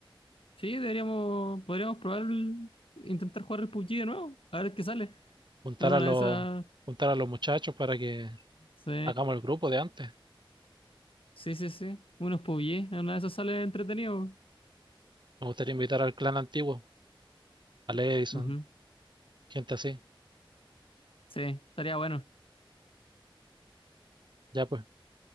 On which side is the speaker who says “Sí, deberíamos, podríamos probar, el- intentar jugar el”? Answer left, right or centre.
Left